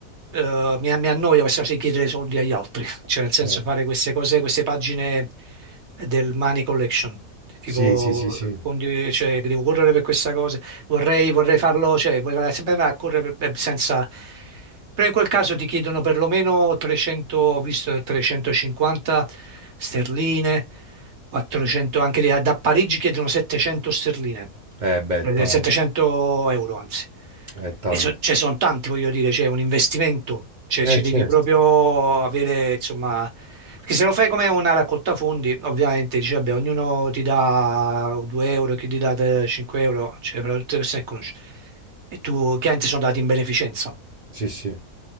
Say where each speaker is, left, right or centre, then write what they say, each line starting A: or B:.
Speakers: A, on the right; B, on the right.
A: eh, mi, mi annoia questa cosa di chiedere soldi agli altri, <laughs> cioè nel senso
B: Eh,
A: fare queste cose, queste pagine del Money Collection, tipo
B: Sì, sì, sì, sì.
A: fondi, cioè che devo correre per questa cosa vorrei, vorrei farlo, cioè vorrei andare sempre a correre per- per- senza... Però in quel caso ti chiedono perlomeno 300, ho visto 350 sterline, 400, anche da da Parigi chiedono 700 sterline,
B: Eh, beh,
A: eh,
B: tanto,
A: 700 euro anzi.
B: è tanto.
A: E so- ce ne sono tanti, voglio dire, c'è un investimento, cioè
B: Eh,
A: ci devi
B: certo.
A: proprio avere, insomma, perché se lo fai come una raccolta fondi, ovviamente dici, vabbè, ognuno ti dà 2 euro, chi ti dà te- 5 euro, cioè fra tutte le persone che conosci. E tu, chiaramente sono dati in beneficenza
B: Sì, sì.